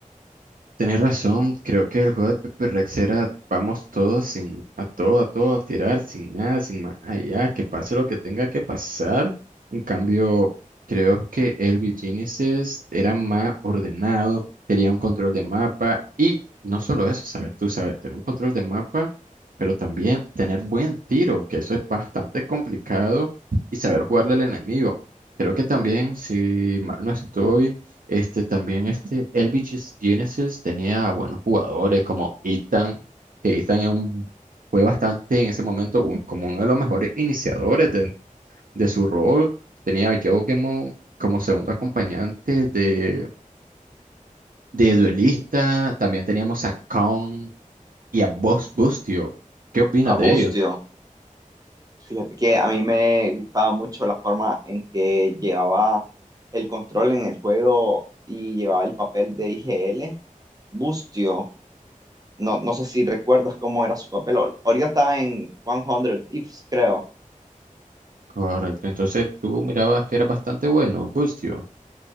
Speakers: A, on the right; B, on the right.
A: Tenés razón, creo que el juego de Pepe Rex era vamos todos sin a todo, a todo, a tirar, sin nada, sin más allá, que pase lo que tenga que pasar. En cambio, creo que el Genesis era más ordenado, tenía un control de mapa y no solo eso, sabes, tú sabes, tener un control de mapa, pero también tener buen tiro, que eso es bastante complicado y saber jugarle al enemigo. Creo que también, si mal no estoy. Este también, este Elvis Genesis tenía buenos jugadores como Ethan, que Ethan es un- fue bastante en ese momento un- como uno de los mejores iniciadores de, de su rol. Tenía a Joe Gemo como segundo acompañante de, de duelista. También teníamos a Kong y a Buzz Bustio. ¿Qué opinas
B: A
A: de
B: Bustio,
A: ellos?
B: fíjate que a mí me gustaba mucho la forma en que llevaba el control en el juego y llevaba el papel de IGL. Bustio, no, no sé si recuerdas cómo era su papel. Ahorita está en 100 Thieves, creo.
A: Correcto, entonces tú mirabas que era bastante bueno, Bustio.